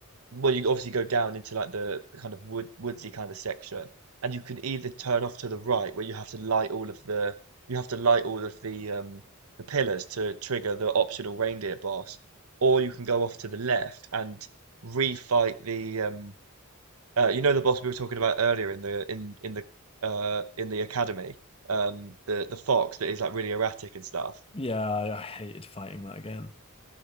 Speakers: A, on the right; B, on the left.
A: well you obviously go down into like the, the kind of wood woodsy kind of section and you can either turn off to the right where you have to light all of the you have to light all of the um the pillars to trigger the optional reindeer boss or you can go off to the left and refight the um uh, you know the boss we were talking about earlier in the in in the uh in the academy um the the fox that is like really erratic and stuff
B: Yeah, I, I hated fighting that again.